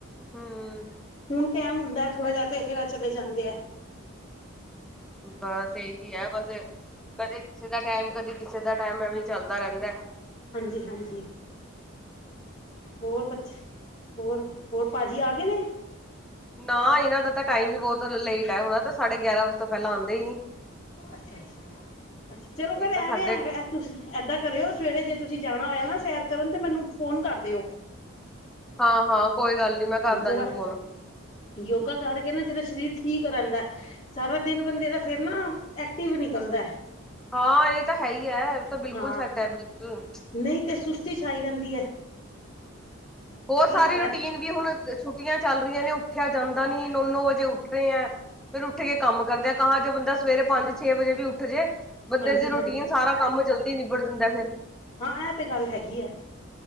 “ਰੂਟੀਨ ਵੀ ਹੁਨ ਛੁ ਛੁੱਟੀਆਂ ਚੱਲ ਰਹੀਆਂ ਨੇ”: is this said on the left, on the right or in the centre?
Centre